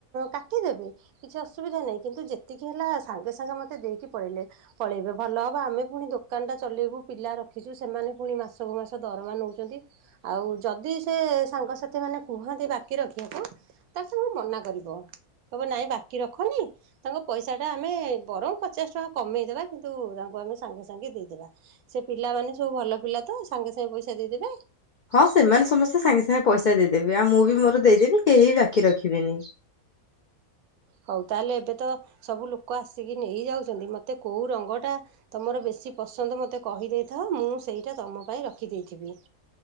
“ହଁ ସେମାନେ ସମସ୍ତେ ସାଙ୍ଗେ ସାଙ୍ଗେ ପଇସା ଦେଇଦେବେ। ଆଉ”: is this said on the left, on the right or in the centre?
Left